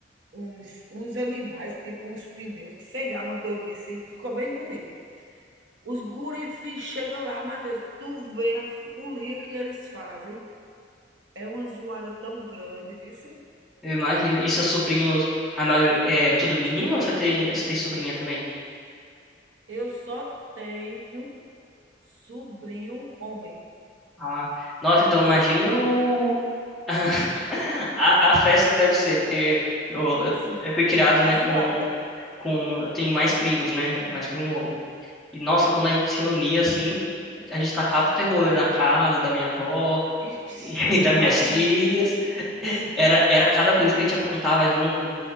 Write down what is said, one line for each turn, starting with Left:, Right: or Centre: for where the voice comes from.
Right: um, uns, uns animais, tipo uns pneus, sei lá, uma doidice, ficou bem bonito. Os gurifi chegam lá, Matheus, tu vê a folia que eles fazem. É uma zoada tão grande, viu? sim?
Centre: eu imagino. E seus sobrinhos, ah, não, é tudo menino ou você tem, você tem sobrinha também?
Right: Eu só tenho Sobrinho homem.
Centre: Ah, nossa, então imagine o... <laughs> a, a festa que deve ser, porque eu, eu,
Right: Sim,
Centre: eu fui criado,
Right: a
Centre: né,
Right: zoada.
Centre: com, com... Eu tenho mais primos, né, mais primo homem. E, nossa, quando a gente se reunia, assim, a gente tacava o terror na casa da minha avó
Right: Ixi,
Centre: <laughs> e das
Right: eu imaginei.
Centre: minhas tias. Era, era cada coisa que a gente aprontava junto.